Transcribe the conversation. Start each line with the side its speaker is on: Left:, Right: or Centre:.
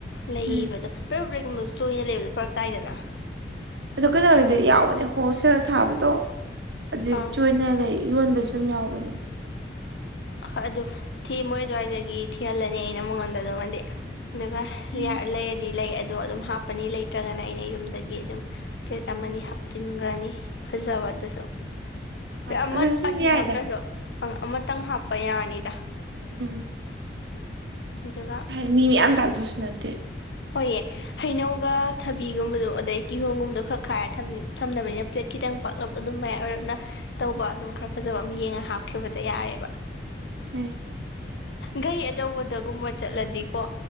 Left: ꯂꯩꯕꯗꯣ
Right: ꯎꯝ
Left: ꯄ ꯄꯣꯕꯒꯨꯝꯕꯁꯨ ꯆꯣꯏꯅ ꯂꯩꯕꯗ ꯐꯔꯛ ꯇꯥꯏꯗꯅ
Right: ꯑ ꯀꯩꯅꯣꯒꯤꯗꯤ ꯌꯥꯎꯕꯅꯦ ꯍꯣꯜꯁꯦꯜ ꯊꯥꯕꯗꯣ ꯑꯗꯨ
Left: ꯑꯥ
Right: ꯆꯣꯏꯅ ꯂꯩ ꯌꯣꯟꯕꯁꯨ ꯑꯗꯨꯨꯝ ꯌꯥꯎꯕꯅꯦ
Left: ꯍꯣꯏ ꯑꯗꯨ ꯊꯤ ꯃꯣꯏ ꯑꯗꯨꯋꯥꯏꯗꯒꯤ ꯊꯤꯍꯜꯂꯅꯤ ꯑꯩꯅ ꯃꯉꯣꯟꯗ ꯑꯗꯨꯝꯉꯥꯟꯗꯤ ꯑꯗꯨꯒ
Right: ꯎꯝ
Left: ꯂꯩꯔꯗꯤ ꯂꯩ ꯑꯗꯣ ꯑꯗꯨꯝ ꯍꯥꯞꯄꯅꯤ ꯂꯩꯇ꯭ꯔꯒꯅ ꯑꯩꯅ ꯌꯨꯝꯗꯒꯤ ꯑꯗꯨꯝ ꯄ꯭ꯂꯦꯠ ꯑꯃꯅꯤ ꯍꯥꯞꯆꯤꯟꯈ꯭ꯔꯅꯤ ꯐꯖꯕꯗꯨꯁꯨ
Right: ꯑꯥ
Left: ꯑ ꯑꯃ
Right: ꯑꯗꯨꯁꯨ ꯑꯗꯨꯝ
Left: ꯑꯅꯤ
Right: ꯌꯥꯏꯗ
Left: ꯍꯥꯞꯇ꯭ꯔꯁꯨ ꯑꯪ ꯑꯃꯇꯪ ꯍꯥꯞꯄ ꯌꯥꯅꯤꯗ
Right: ꯎꯝ
Left: ꯎꯝ ꯑꯗꯨꯒ
Right: ꯍꯥꯏ ꯃꯤ ꯃꯌꯥꯝ ꯇꯥꯗꯕꯁꯨ ꯅꯠꯇꯦ
Left: ꯍꯣꯏꯌꯦ ꯍꯩꯅꯧꯒ ꯊꯕꯤꯒꯨꯝꯕꯗꯣ ꯑꯗꯩ ꯀꯤꯍꯣꯝꯒꯨꯝꯕꯗꯣ ꯈꯔ ꯈꯥꯏꯔ ꯊꯝꯅꯕꯅꯤꯅ ꯄ꯭ꯂꯦꯠꯈꯤ ꯈꯤꯇꯪ ꯄꯥꯛꯂꯞ ꯑꯗꯨꯝ ꯃꯌꯥꯏ ꯑꯣꯏꯔꯞꯅ ꯇꯧꯕ ꯑꯗꯨꯝ ꯈꯔ ꯐꯖꯕ ꯑꯃ ꯌꯦꯡꯉ ꯍꯥꯞꯈꯤꯕꯗ ꯌꯥꯔꯦꯕ
Right: ꯎꯝ
Left: ꯒꯥꯔꯤ ꯑꯆꯧꯕꯗꯒꯨꯝꯕ ꯆꯠꯂꯗꯤꯀꯣ